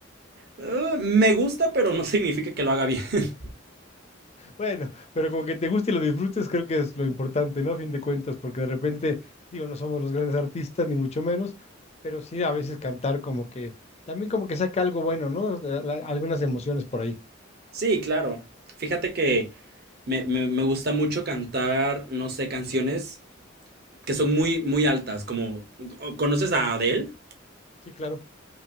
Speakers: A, on the right; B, on the left.
A: Eh, me gusta, pero no <laughs> significa que lo haga bien. <laughs>
B: Bueno, pero como que te guste y lo disfrutes, creo que es lo importante, ¿no? A fin de cuentas, porque de repente, digo, no somos los grandes artistas, ni mucho menos, pero sí a veces cantar como que, también como que saca algo bueno, ¿no? La- la- algunas emociones por ahí.
A: Sí, claro. Fíjate que me, me, me gusta mucho cantar, no sé, canciones que son muy, muy altas, como... ¿Conoces a Adele?
B: Sí, claro.